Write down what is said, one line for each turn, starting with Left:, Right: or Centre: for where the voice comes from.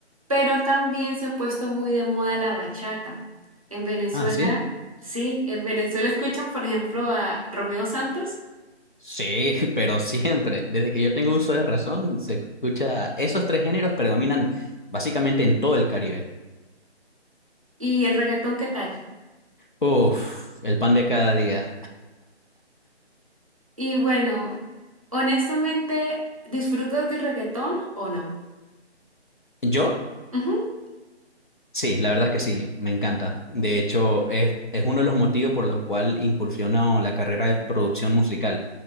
Right: Pero también se ha puesto muy de moda la bachata. En Venezuela,
Left: Ah, sí.
Right: sí, en Venezuela escuchan, por ejemplo, a Romeo Santos
Left: Sí, <laughs> pero siempre, desde que yo tengo uso de razón, se escucha, esos tres géneros predominan básicamente en todo el Caribe.
Right: y el reggaetón, ¿qué tal?
Left: Uf, el pan de cada día.
Right: Y bueno, honestamente, ¿disfrutas del reggaetón o no?
Left: ¿Yo?
Right: Ujú.
Left: Sí, la verdad que sí, me encanta. De hecho, es, es uno de los motivos por los cuales incursiono la carrera de producción musical,